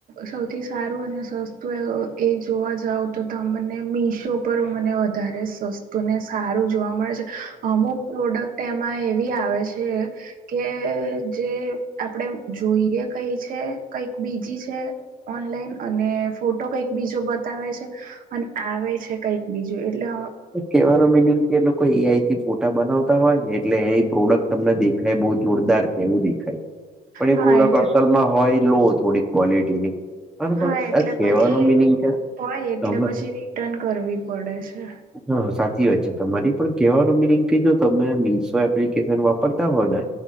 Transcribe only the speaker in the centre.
એ કેવાનું મીનિંગ એ લોકો એઆઈથી ફોટા બનાવતા હોય ને એટલે એ પ્રોડક્ટ તમને દેખાય બઉ જોરદાર છે એવું દેખાય. પણ એ
પ્રોડક્ટ
અસલમાં હોય લો થોડી ક્વોલિટીની. બરોબર
આ કહેવાનો
મિનિંગ છે
તમે
હા સાચી વાત છે તમારી પણ કહેવાનો મિનિંગ કહી દો તમે મીશો એપ્લિકેશન વાપરતા હો ને